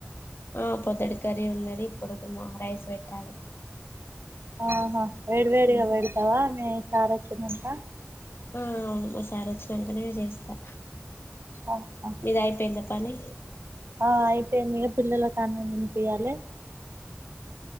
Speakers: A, on the left (about 60°); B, on the right (about 60°).
A: ఆ పొధడి కర్రి ఉన్నది ఇప్పుడు రైస్ వెట్టాలె
B: ఆహా వేడి వేడిగా
A: ఉమ్.
B: వెడతావా మీ సార్ వచ్చనంక
A: ఆ అవును మా సార్ వచ్చినకనే చేస్తా
B: ఆహా
A: మీద అయిపోయింద పని,
B: ఆ అయిపోంది ఇగ పిల్లలక అన్నం తినిపియాలె